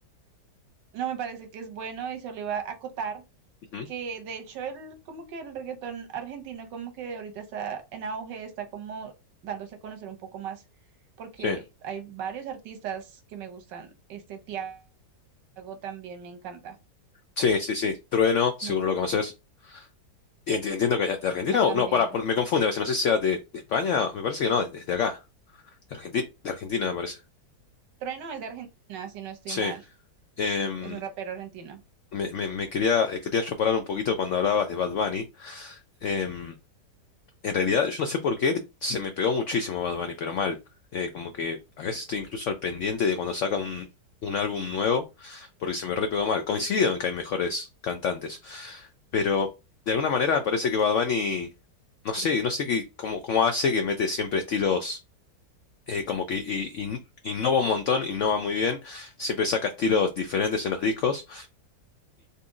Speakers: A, on the right (about 85°); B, on the left (about 80°).
A: No me parece que es bueno y solo iba a acotar
B: Ujú.
A: que de hecho el como que el reggaetón argentino como que ahorita está en auge, está como dándose a conocer un poco más porque
B: Sí,
A: hay varios artistas que me gustan. Este Tiago también me encanta.
B: sí, sí, sí. Trueno, seguro
A: No sé
B: lo
A: si
B: conoces. Y enti- Entiendo que es de Argentina
A: Trueno también.
B: o no, para, me confunde a veces. No sé si sea de, de España, me parece que no, desde acá. De Argenti- de Argentina, me parece.
A: Trueno es de Argentina, si no estoy
B: Sí.
A: mal.
B: Em,
A: Es un rapero argentino.
B: me, me- me quería, eh, quería yo parar un poquito cuando hablabas de Bad Bunny. Em, En realidad, yo no sé por qué se me pegó muchísimo Bad Bunny, pero mal. Eh, como que a veces estoy incluso al pendiente de cuando saca un, un álbum nuevo, porque se me re pegó mal. Coincido en que hay mejores cantantes, pero de alguna manera me parece que Bad Bunny, no sé, no sé qué, cómo, cómo hace que mete siempre estilos, eh, como que i- in- innova un montón, innova muy bien, siempre saca estilos diferentes en los discos